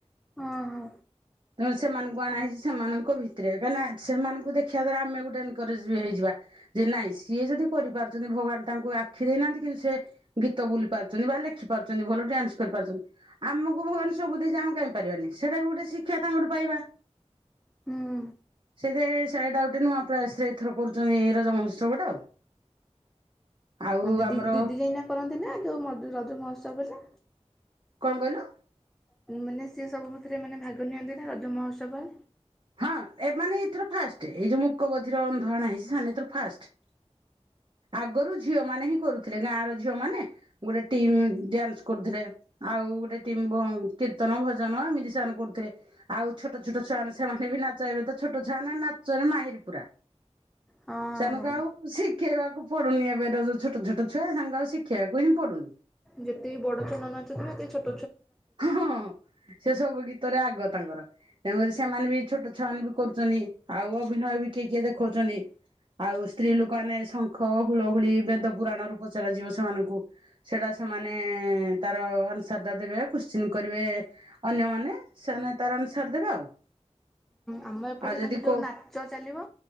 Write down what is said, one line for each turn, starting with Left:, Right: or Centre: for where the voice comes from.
Centre: ହଁ ହ
Right: ତେଣୁ ସେମାନଙ୍କୁ ଆଣା ହେଇଛି ସେମାନଙ୍କ ଭିତରେ କାହିଁକି ନା ସେମାନଙ୍କୁ ଦେଖିବା ଦ୍ଵାରା ଆମେ ଗୋଟେ ଏନକରେଜ ବି ହେଇଯିବା ଯେ ନାଇଁ ସିଏ ଯଦି କରିପାରୁଛନ୍ତି ଭଗବାନ ତାଙ୍କୁ ଆଖି ଦେଇନାହାନ୍ତି କିନ୍ତୁ ସେ ଗୀତ ବୁଲି ପାରୁଛନ୍ତି ବା ଲେଖି ପାରୁଛନ୍ତି ଭଲ ଡ୍ୟାନ୍ସ କରିପାରୁଛନ୍ତି ଆମକୁ ଭଗବାନ ସବୁ ଦେଇ ଆମେ କାଇହିଁ ପାରିବାନି ସେଇଟା ବି ଗୋଟେ ଶିକ୍ଷା ତାଙ୍କଠୁ ପାଇବା-
Centre: ହୁଁ
Right: ସେଇଟା ସାଟା ଗୋଟେ ନୁଆ ପ୍ରା ଆସଥର କରୁଛନ୍ତି ରଜ ମହୋତ୍ସବଟା ଆଉ
Centre: ହଁ
Right: ଆଉ
Centre: ଦିଦି
Right: ଆମର
Centre: ଦିଦି ଯାଇନା କରନ୍ତି ନା ଯୋଉ ରଜ ମହୋତ୍ସବ ନା
Right: କଣ କହିଲୁ?
Centre: ମାନେ ସିଏ ସବୁ ମଥରେ ମାନେ ଭାଗ ନିଅନ୍ତି ନା ରଜ ମହୋତ୍ସବ
Right: ହଁ ଏ ମାନେ ଏଇଥର ଫାଷ୍ଟ ଏଇ ଯୋଉ ମୁକବଧିର ଅନ୍ଧାରଣ ହେଇଛି ସେମାନେ ଏଥର ଫାଷ୍ଟ ଆଗରୁ ଝିଅ ମମାନୋନେ ହିଁ କରୁଥିଲେ ଗାଁର ଝିଅ ମାନେ ଗୋଟେ ଟିମ ଡ୍ୟାନ୍ସ କରୁଥିଲେ ଆଉ ଗୋଟେ ଟି କୀର୍ତ୍ତନ ଭଜନ ଏମିତି ସ କରୁଥିଲେ ଆଉ ଛୋଟ ଛୋଟ ଛୁଆ ମାନ ସେମାନେ ବି ନାଚ ହେବେ ତ ଛୋଟ ଛୁଆ ମାନ ନାଚରେ ମାହିର ପୁରା
Centre: ହଁ।
Right: ସେନକୁ ଆଉ ଶିଖ ଖେ ତା ପଡୁି ଏବେ ଯୋଉ ଛୋଟ ଛଟ ଛୁଆ ସାଙ୍ଗ ଆଉ ଶିଖିବାକୁ ହିଁ ପଡୁନି
Centre: ଯେତେ ବଡ ଚନ୍ଦନା ଅଛନ୍ତି ଏତେ ଛଟ
Right: ହଁ ସେ ସବୁ ଗୀତରେ ଆଗତ ତାଙ୍କର ତେଣୁକରି ସେମାନେ ବି ଛୋଟ ଛୁଆମାନେ ବି କରୁଛନ୍ତି ଆଉ ଅଭିନୟ ବି କିଏ କିଏ ଦେଖଉଛନ୍ତି ଆଉ ସ୍ତ୍ରୀ ଲୋକମାନେେ ଶଙ୍ଖ ହୁଳ ହୁଳି ବେଦ ପୁରାଣ ର ପଚାର ଯିବ ସେମାନଙ୍କୁ ସେଟା ସେମାନେ ତାର ଆନ୍ସରଟା ଦେବେ କଶ୍ଚି କରିବେ ଅନ୍ୟମାନେ ସେମାନେ ତାର ଆସାର ଦେବେ ଆଉ
Centre: ଆମ ଏପଟେ
Right: ଆଉ ଯଦି
Centre: ଖାଲି ଯୋଉ
Right: କୋଉ
Centre: ନାଚ ଚାଲିବ